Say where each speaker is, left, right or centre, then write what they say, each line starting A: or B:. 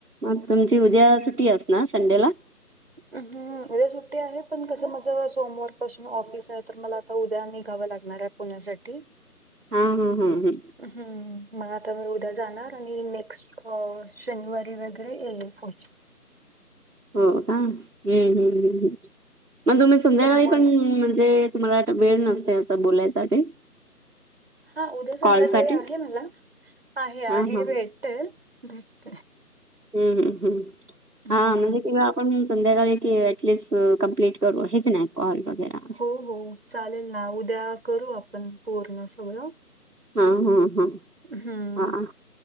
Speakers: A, on the right; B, on the right.
A: मग तुमची उद्या सुट्टी असणार संडेला.
B: हम्म उद्या सुट्टी आहे पण कसं माझ सोमवार पाासन ऑफिस हाय तर मला आता उद्या निघावं लागणार ये. पुण्यासाठी.
A: हा हम्म हम्म हम्म.
B: हम्म मग आता म उद्या जाणार. आणि नेक्स्ट शनिवारी वगैरे येल पुढच्या.
A: हो का, हम्म् हम्म हम्म, मग तुम्ही संध्याकाळी
B: तर मग
A: पण म्हणजे तुम्हाला त वेळ नसतय असं बोलायसाठी.
B: हां उद्या संध्याकाळी
A: कॉलसाठी
B: आहे मला, आहे आहे
A: हा हा
B: भेटेल भेट
A: हम्म हम् हम्म,
B: हम्म
A: हा म्हणजे तिला आपण संध्याकाळी की ॲटलीस्ट कंम्प्लीट करू, हे की नाही, कॉल वगैरा.
B: हो हो चालेल ना, उद्या करू आपण पूर्ण सगळं.
A: हा हा हा.
B: हम्म,,
A: हा हा